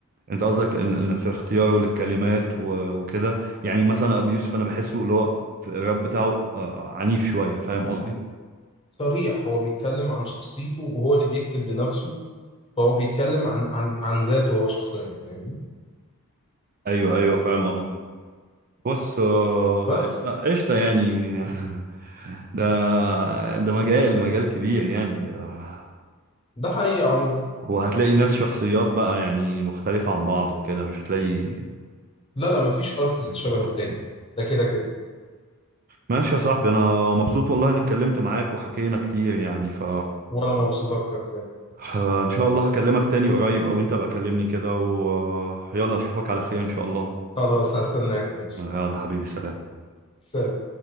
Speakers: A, on the right; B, on the left.
A: أنت قصدك إن إن في اختياره للكلمات و... وكده يعني مثلا أبي يوسف أنا بحسه اللي هو في الراب بتاعه آه آه، عنيف شوية فاهم قصدي
B: صريح هو بيتكلم عن شخصيته وهو اللي بيكتب لنفسه فهو بيتكلم عن عن عن ذاته هو شخصيا فاهمني
A: أيوه أيوه فاهم قصدك بص آه،
B: بس
A: قشطة قشطة يعني <laughs> ده ده مجال مجال كبير يعني آه،
B: ده حقيقي عموما
A: وهتلاقي ناس شخصيات بقى يعني مختلفة عن بعض وكده مش هتلاقي
B: لا لا مفيش ارتست
A: يعني
B: شبه
A: خط.
B: التاني ده كده كده
A: ماشي يا صاحبي انا مبسوط والله اني اتكلمت معاك وحكينا كتير يعني ف
B: وانا مبسوط اكتر بجد
A: ه- ان شاء الله هكلمك تاني قريب او انت بقى كلمني كده ويلا اشوفك على خير ان شاء الله
B: خلاص هستناك ماشي
A: يلا حبيبي سلام
B: سلام